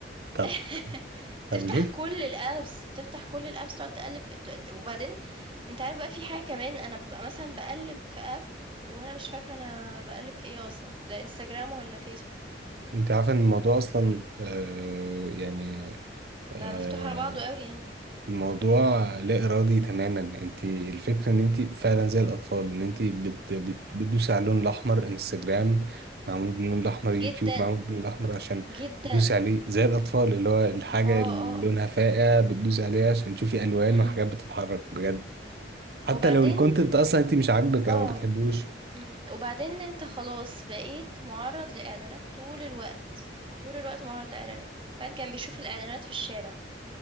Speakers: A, on the right; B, on the right.
A: طب
B: <laughs>
A: طب,
B: بتفتح
A: طب ليه؟
B: كل الابس بتفتح كل الابس تقعد تقلب في... ت- وبعدين انت عارف بقى في حاجة كمان انا ببقى مثلا بقلب في اب وانا مش فاكرة انا بقلب في ايه اصلا ده انستجرام ولا فيسبوك
A: أنت عارفة إن الموضوع أصلا آه يعني آه،
B: بقى مفتوح على بعضه قوي يعني
A: الموضوع لا إرادي تماما انت الفكرة ان انت فعلا زي الأطفال ان انت بت بت بتدوسي على اللون الأحمر انستجرام معمول باللون الأحمر يوتيوب
B: جدا
A: معمول باللون الأحمر عشان
B: جدا
A: بتدوسي عليه زي الأطفال اللي هو الحاجة
B: اه اه
A: اللي
B: اه
A: لونها فاقع بتدوسي عليها عشان تشوفي ألوان
B: امم
A: وحاجات بتتحرك بجد حتى
B: وبعدين
A: لو الكونتنت أصلا انت مش عاجبك
B: اه
A: أو ما بتحبوش
B: إمم، وبعدين أنت خلاص بقيت مُعرّض لإعلانات طول الوقت، طول الوقت مُعرّض لإعلانات، الواحد كان بيشوف الإعلانات في الشارع،